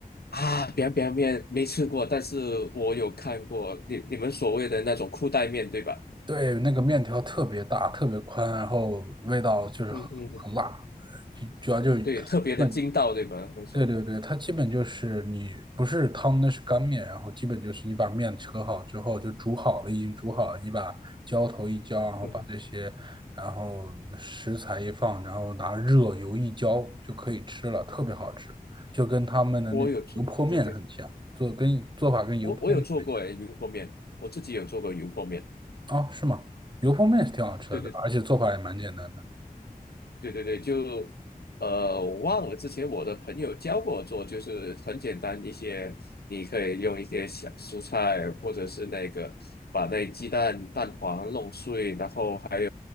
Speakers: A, on the left (about 85°); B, on the right (about 30°).
A: 啊，表表面没吃过，但是我有看过你你们所谓的那种裤带面，对吧？
B: 对，那个面条特别大，特别宽，然后味道就是很很辣，
A: 嗯哼哼，
B: 呃就主要就基
A: 对，特别的筋道，
B: 本
A: 对吗？他们说，
B: 对对对，它基本就是你不是汤，那是干面，然后基本就是你把面扯好之后就煮好了，已经煮好了，你把浇头一浇，然后把这些，
A: 嗯哼，
B: 然后食材一放，然后拿热油一浇就可以吃了，特别好吃，就跟他们的那油泼面很像，
A: 我有做，对对，
B: 做跟做法跟油泼面很
A: 我我有做过诶，油泼面，我自己有做过油泼面，
B: 像啊，是吗？油泼面是挺好吃的，
A: 对对
B: 对吧而且做法也蛮简单的。
A: 对对对，就呃，我忘了之前我的朋友教过我做，就是很简单一些，你可以用一些小蔬菜，或者是那个把那鸡蛋蛋黄弄碎，然后还